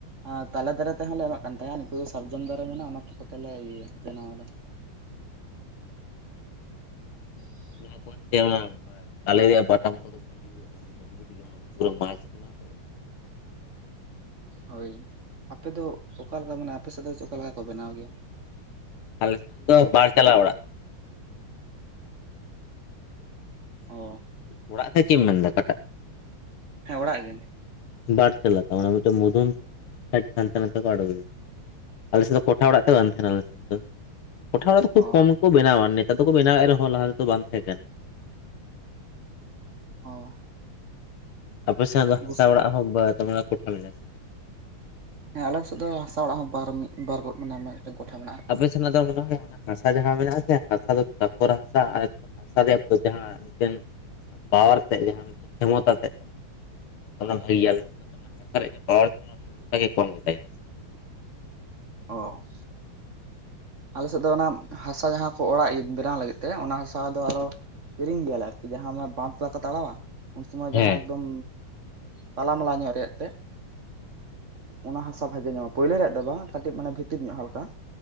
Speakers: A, on the right; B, on the left.
A: ᱟ ᱛᱟᱞᱮ ᱫᱟᱨᱮ ᱛᱮᱦᱚᱸ ᱞᱮ ᱮᱢᱟᱜ ᱠᱟᱱ ᱛᱟᱦᱮᱸᱱᱟ ᱱᱤᱛᱚᱜ ᱫᱚ ᱥᱟᱨᱡᱚᱢ ᱫᱟᱨᱮ ᱢᱮᱱᱟᱜᱼᱟ ᱚᱱᱟ ᱠᱚ ᱠᱚᱛᱮ ᱞᱮ ᱤᱭᱟᱹᱭᱟ ᱵᱮᱱᱟᱣᱟ ᱟᱞᱮ <unintelligible>
B: ᱢᱮᱱᱟᱜ ᱚᱱᱟ ᱛᱟᱞᱮ ᱨᱮᱭᱟᱜ ᱵᱟᱴᱟᱢ ᱠᱚᱫᱚ ᱵᱷᱟᱜᱮ ᱦᱩᱭᱩᱜ ᱠᱟᱱᱟ ᱢᱚᱡᱽᱵᱩᱛ ᱜᱮ ᱚᱱᱟ ᱯᱩᱨᱟᱹ ᱢᱟᱪ ᱠᱟᱱᱟ ᱛᱚ
A: ᱦᱳᱭ ᱟᱯᱮ ᱫᱚ ᱚᱠᱟᱞᱠᱟ ᱢᱟᱱᱮ ᱟᱯᱮᱮᱥᱮᱫ ᱫᱚ ᱚᱠᱟᱞᱮ ᱞᱮᱠᱟ ᱠᱚ ᱵᱮᱱᱟᱣ ᱜᱮᱭᱟ
B: ᱟᱞᱮ ᱥᱮᱫ ᱫᱚ ᱵᱟᱨ ᱪᱟᱞᱟ ᱚᱲᱟᱜ ᱛᱟᱢ
A: ᱚ
B: ᱚᱲᱟᱜ ᱥᱤ ᱪᱮᱫ ᱮᱢ ᱢᱮᱱᱫᱟ ᱚᱠᱟᱴᱟᱜ
A: ᱦᱮᱸ ᱚᱲᱟᱜ ᱜᱮ
B: ᱵᱟᱨ ᱪᱟᱞᱟ ᱛᱚ ᱢᱟᱱᱮ ᱢᱤᱫᱴᱮᱱ ᱢᱚᱫᱫᱷᱩᱱ ᱛᱮ ᱦᱟᱱᱛᱮ ᱱᱟᱛᱮ ᱠᱚ ᱟᱲᱜᱳᱭᱟ ᱟᱞᱮᱥᱮᱫ ᱫᱚ ᱠᱚᱴᱷᱟ ᱚᱲᱟᱜ ᱫᱚ ᱵᱟᱝ ᱛᱟᱦᱮᱱᱟ ᱟᱞᱮ ᱥᱮᱫ ᱫᱚ ᱠᱚᱴᱷᱟ ᱚᱲᱟᱜ ᱫᱚ ᱠᱷᱩᱵ
A: ᱚ
B: ᱠᱚᱢ ᱜᱮ ᱠᱚ ᱵᱮᱱᱟᱣᱟ ᱱᱮᱛᱟᱨ ᱫᱚᱠᱚ ᱵᱮᱱᱟᱣᱮᱫ ᱨᱮᱦᱚᱸ ᱞᱟᱦᱟ ᱛᱮᱫᱚ ᱵᱟᱝ ᱛᱟᱦᱮᱸ ᱠᱟᱱᱟ
A: ᱚ
B: ᱟᱯᱮ ᱥᱮᱱᱟᱜ ᱫᱚ ᱦᱟᱥᱟ
A: ᱵᱩᱥᱩᱵ
B: ᱚᱲᱟᱜ ᱦᱚᱸ ᱵᱟ ᱛᱟᱵᱮ ᱠᱚᱴᱷᱟ ᱢᱮᱱᱟᱜᱼᱟ ᱥᱮ
A: ᱦᱮᱸ ᱟᱞᱮ ᱥᱮᱫ ᱫᱚ ᱦᱟᱥᱟ ᱚᱲᱟᱜ ᱦᱚᱸ ᱵᱟᱨ ᱢᱤᱫ ᱵᱟᱨ ᱜᱚ ᱢᱮᱱᱟᱜᱼᱟ ᱟᱭᱢᱟ ᱜᱚᱴᱟᱝ ᱠᱚᱴᱷᱟ ᱢᱮᱱᱟᱜᱼᱟ
B: ᱟᱯᱮ ᱥᱮᱱᱟᱜ ᱫᱚ ᱢᱚᱱᱮ ᱦᱚᱭ ᱚᱱᱟ ᱦᱟᱥᱟ ᱡᱟᱦᱟᱸ ᱢᱮᱱᱟᱜᱼᱟ ᱟᱥᱮ ᱦᱟᱥᱟ ᱫᱚ ᱠᱟᱠᱚᱨ ᱦᱟᱥᱟ ᱟᱨ ᱦᱟᱥᱟ ᱨᱮᱭᱟᱜ ᱡᱟᱦᱟᱸ ᱢᱤᱫᱴᱮᱱ ᱯᱟᱣᱟᱨ ᱛᱮᱫ ᱡᱟᱦᱟᱸ ᱢᱤᱫᱴᱮᱱ ᱠᱷᱚᱢᱚᱛᱟ ᱛᱮᱫ ᱚᱱᱟ ᱵᱷᱟᱜᱮ ᱜᱮᱭᱟ ᱞᱮᱠᱷᱟᱱ ᱫᱚ ᱚᱱᱟ ᱦᱟᱥᱟ ᱨᱮᱭᱟᱜ ᱯᱟᱣᱟᱨ ᱠᱟᱱᱟ ᱚᱱᱟ ᱠᱷᱚᱢᱚᱛᱟ ᱜᱮ ᱠᱚᱢ ᱜᱮ ᱛᱟᱭᱟ
A: ᱚ ᱟᱞᱮ ᱥᱮᱫ ᱫᱚ ᱚᱱᱟ ᱦᱟᱥᱟ ᱡᱟᱦᱟᱸ ᱠᱚ ᱚᱲᱟᱜ ᱵᱮᱱᱟᱣ ᱞᱟᱹᱜᱤᱫ ᱛᱮ ᱚᱱᱟ ᱦᱟᱥᱟ ᱫᱚ ᱟᱨᱦᱚ ᱠᱤᱨᱤᱧ ᱜᱮᱭᱟᱞᱮ ᱟᱨᱠᱤ ᱡᱟᱦᱟᱸ ᱵᱟᱸᱫᱷ ᱵᱟᱠᱟ ᱛᱟᱲᱣᱟ ᱩᱱ ᱥᱚᱢᱚᱭ
B: ᱦᱮᱸ
A: ᱡᱟᱦᱟᱸ ᱮᱠᱫᱚᱢ ᱛᱟᱞᱟ ᱢᱟᱞᱟ ᱧᱚᱜ ᱨᱮᱭᱟᱜ ᱛᱮᱫ ᱚᱱᱟ ᱦᱟᱥᱟ ᱵᱷᱟᱜᱮ ᱧᱚᱜᱟ ᱯᱳᱭᱞᱳ ᱨᱮᱭᱟᱜ ᱫᱚ ᱵᱟᱝ ᱠᱟᱹᱴᱤᱡ ᱢᱟᱱᱮ ᱵᱷᱤᱛᱤᱨ ᱧᱚᱜ ᱦᱟᱞᱠᱟ